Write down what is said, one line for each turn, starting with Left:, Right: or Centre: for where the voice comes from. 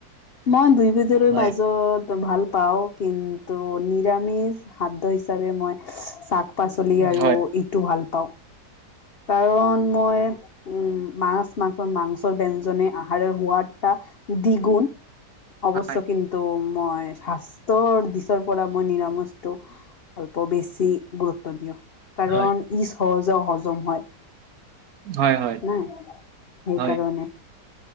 Left: মই দুই বজাৰৰ
Right: হয়
Left: মাজত তো ভাল পাওঁ। কিন্তু নিৰামিষ খাদ্য হিচাপে মই শাক পাচলি আৰু
Right: হয়
Left: এইটো ভাল পাওঁ।
Right: <unintelligible>
Left: কাৰণ মই উম, মাছ, মাংসৰ মাংসৰ ব্যঞ্জনেৰে আহাৰৰ সোৱাদটা। দৃ গুণ। অৱশ্যে,
Right: হয়
Left: কিন্তু মই স্বাস্থ্যৰ দিশৰ পৰা মই নিৰামিষটো অল্প বেছি গুৰুত্ব দিওঁ। কাৰণ
Right: হয়
Left: ইজ সহজে হজম হয়।
Right: হয় হয়
Left: নাই সেই
Right: হয়
Left: কাৰণে